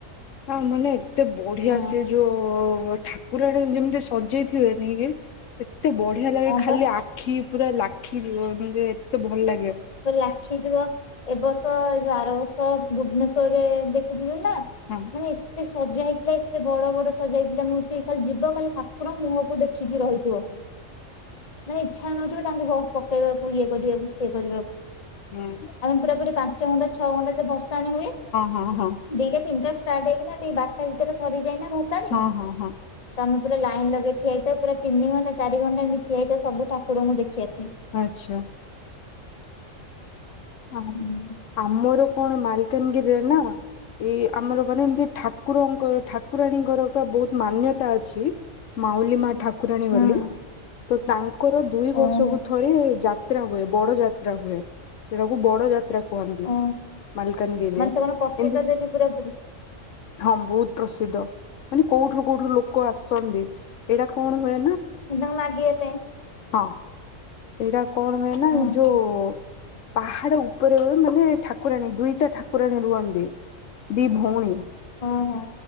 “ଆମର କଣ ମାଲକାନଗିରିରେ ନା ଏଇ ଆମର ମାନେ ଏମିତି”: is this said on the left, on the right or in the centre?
Left